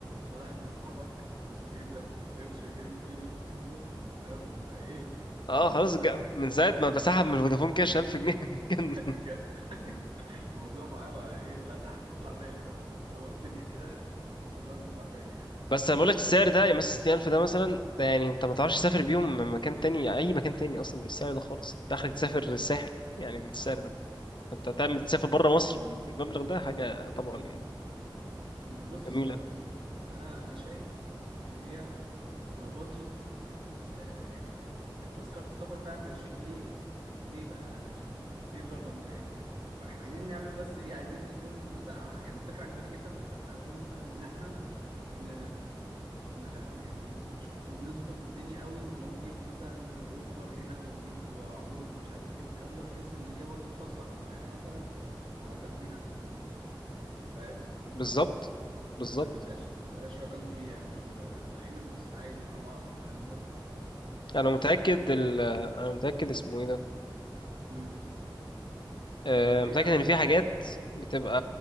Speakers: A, on the right (about 80°); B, on the left (about 65°).
A: واضح ان صاحبك اسمه ايه ده قرش جري في ايده اليومين دول فاهم وبقى ايه
B: اه خلاص
A: بيشتغل
B: جا... من ساعة ما فسحب
A: <laughs>
B: من فودافون كاش 1000 جنيه <laughs> كان-
A: الج- <laughs> الموضوع معاه بقى ايه لا ده احنا نطلع بالي بقى طالما الدنيا كده الموضوع نطلع بالي يعني
B: بس أنا بقول لك السعر ده يعني مثلا 60000 ده مثلا ده يعني أنت ما تعرفش تسافر بيهم مكان تاني أي مكان تاني أصلا بالسعر ده خالص أنت آخرك تسافر
A: امم
B: الساحل يعني بالسعر ده فأنت تعمل تسافر بره مصر بالمبلغ ده حاجة طبعا يعني
A: امم بص
B: جميلة
A: انا انا شايف ان هي لو بادجت آه، يعني آه، تذكرة السفر فعلا بقى شيء ليه ليه بقى ش- ليه الرقم ده يعني ما احنا عايزين نعمل بس ايه عايزين يكون مثلا ع- يعني الفكرة عجباني جدا بس احنا عايزين مثلا ان احنا ن... نغ- يعني نشوف نظبط الدنيا قوي ان لو نجيب مثلا اوفر هنا ونجيب عروض ومش عارف ايه والكلام ده بحيث ان هي برضه تصفصف معانا مثلا على 30000 جنيه فاهم
B: بالظبط بالظبط
A: ما تبقاش ما يبقاش رقم كبير يعني مش رايحين نتبسط عادي مع بعض والكلام ده
B: أنا متأكد
A: هو اسمه ايه ط-
B: ال... أنا متأكد اسمه إيه ده
A: مم.
B: آه،
A: طب هي
B: متأكد إن في
A: الرحلة
B: حاجات بتبقى